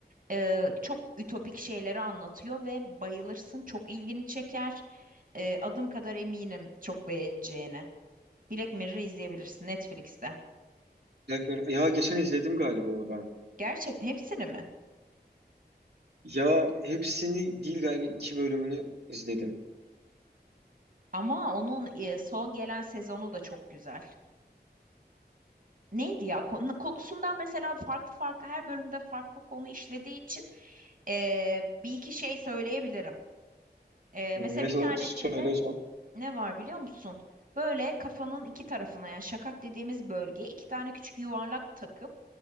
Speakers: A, on the right; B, on the right.
A: Ee, çok ütopik şeyleri anlatıyor ve bayılırsın. Çok ilgini çeker. Ee, adım kadar eminim çok beğeneceğine. Black Mirror'ı izleyebilirsin Netflix'te.
B: Black Mirror- Ya geçen izledim galiba onu ben.
A: Gerçekten hepsini mi?
B: Ya hepsini değil galiba iki bölümünü izledim.
A: Ama onun e, son gelen sezonu da çok güzel. neydi ya konu, konusundan mesela farklı farklı her bölümde farklı konu işlediği için eee, bir iki şey söyleyebilirim. Eee,
B: Mesela
A: mesela bir tanesinde
B: söyle o zaman.
A: ne var biliyor musun? Böyle kafanın iki tarafına yani şakak dediğimiz bölgeye iki tane küçük yuvarlak takıp